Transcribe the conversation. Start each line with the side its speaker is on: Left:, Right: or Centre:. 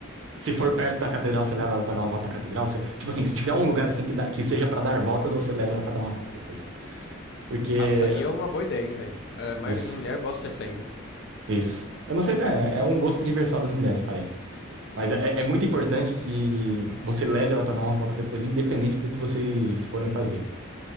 Right: Se for perto da catedral, você leva ela pra dar uma volta na catedral. Se- Tipo assim, se tiver um lugar assim que, dá- que seja pra dar voltas, você leva ela pra dar uma volta depois. Porque.
Left: Açaí é uma boa ideia, hein, velho. A maioria
Right: Isso,
Left: das mulheres gosta de açaí, né?
Right: isso. Eu não sei, é é um gosto universal das mulheres, parece. Mas é, é muito importante que você leve ela para dar uma volta depois, independente do que vocês forem fazer.